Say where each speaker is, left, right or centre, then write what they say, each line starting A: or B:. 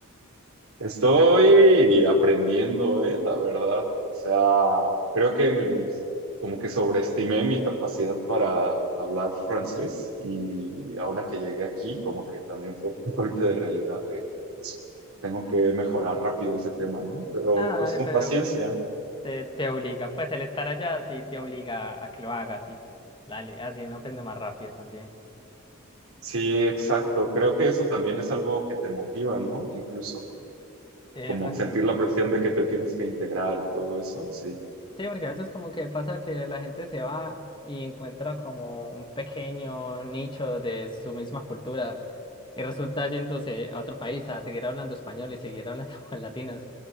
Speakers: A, on the right (about 85°); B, on the left (about 20°).
A: Estoy aprendiendo, eh, la verdad. O sea, creo que mm, como que sobreestimé mi capacidad para hablar francés y ahora que llegué aquí, como que también fue un golpe de realidad de tengo que mejorar rápido ese tema, ¿no? Pero
B: Ah,
A: pues
B: dale,
A: con
B: pero
A: paciencia.
B: te, te obliga, pues el estar allá sí te obliga a que lo hagas, y dale, así uno aprende más rápido también.
A: Sí, exacto. Creo que eso también es algo que te motiva, ¿no? Incluso como,
B: Eh,
A: como
B: fácil.
A: sentir la presión de que te tienes que integrar, todo eso. Sí.
B: Sí, porque a veces como que pasa que la gente se va y encuentra como un pequeño nicho de su misma cultura y resulta yéndose a otro país a seguir hablando español y seguir hablando <laughs> con latinos.